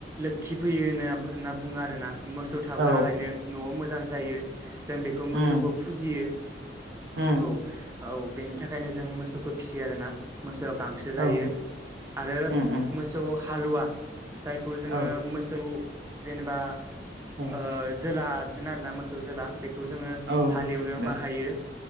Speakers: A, on the right (about 15°); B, on the right (about 85°).
A: लोखिफैयोहोनो होनना बुङो आरोना। मोसौ थाबोलायनो
B: औ
A: नआव मोजां जायो। जों बेखौ
B: उम
A: मोसौखौ यो
B: उम
A: औ- औ बेनि थाखायनो जों मोसौखौ फिसियो आरो ना मोसौआ गांसो
B: औ
A: जायो आरो
B: उम उम
A: मोसौआव हालुवा। जायखौ जोङो
B: औ
A: मोसौ जेनेबा
B: औ
A: ओ जोला आथोन आरोना मोसौ जोला बे बे खौ जोङो
B: औ
A: एवनो
B: दे
A: बाहायो